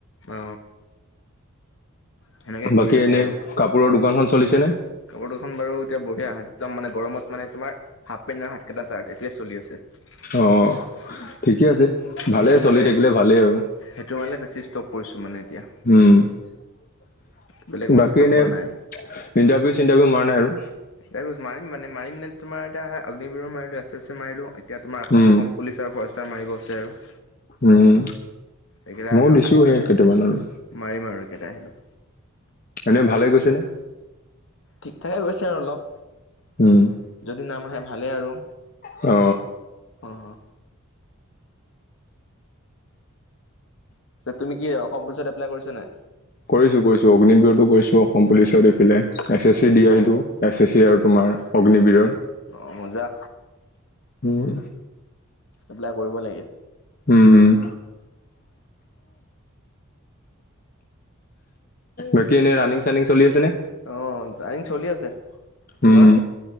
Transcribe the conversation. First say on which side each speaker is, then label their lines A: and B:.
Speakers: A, on the left; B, on the left.
A: অ, সেনেকে
B: বাকী
A: কৰি আছো
B: এনেই
A: আৰু
B: কাপোৰৰ দোকানখন চলিছেনে।
A: কাপোৰ দুখন বাৰু এতিয়া বঢ়িয়া একদম মানে গৰমত মানে তোমাৰ। হাফ পেণ্ট আৰু হাত কেটা চাৰ্ট এইতোৱে চলি আছে।
B: অঁ ঠিকে আছে ভালেই
A: সেইটো
B: চলি
A: মানে
B: থাকিলে ভালেই আৰু
A: সেইটো মানে বেছি ষ্টক কৰিছো মানে এতিয়া।
B: উম
A: বেলেগ মানে
B: বাকী
A: ষ্টক
B: এনেই
A: কৰা
B: ইণ্টাৰভিউ
A: নাই
B: চিণ্টাৰভিউ মাৰা নাই আৰু
A: তাকে কৈছোঁ মাৰি মানে মাৰিম নে তোমাৰ এতিয়া অগ্নিবিৰৰ মাৰিলো এচেছিএছ মাৰিলো এতিয়া তোমাৰ অসম
B: উম
A: অসম, পুলিচাৰ ভৰেষ্টৰ মাৰিব আছে আৰু
B: উম
A: এইকেইটা
B: ময়োও
A: আহ
B: দিছো
A: আহিলে
B: সেই কেইটামানলৈ।
A: মাৰিম আৰু একেটা আহিলো।
B: এনেই ভালে গৈছেনে।
A: ঠিক ঠাকে গৈছে আৰু অলপ।
B: উম,
A: যদি নাম আহে ভালেই আৰু
B: অ,
A: অহ, তুমি কি অসম পুলিচত এপ্লাই কৰিছা নাই।
B: কৰিছোঁ কৰিছোঁ অগ্নিবিৰতো কৰিছোঁ অসম পুলিচত এফিলে এছ এছ চি
A: আচ্ছা
B: দি আহিলোঁ এছ এছ চি আৰু তোমাৰ। অগ্নিবীৰৰ।
A: অ মজা।
B: উম
A: এপ্লাই কৰিব লাগে।
B: উম উম, বাকী এনে ৰানিং চানিং চলি আছে নে।
A: অ ৰানিং চলি আছে। তোমাৰ
B: উম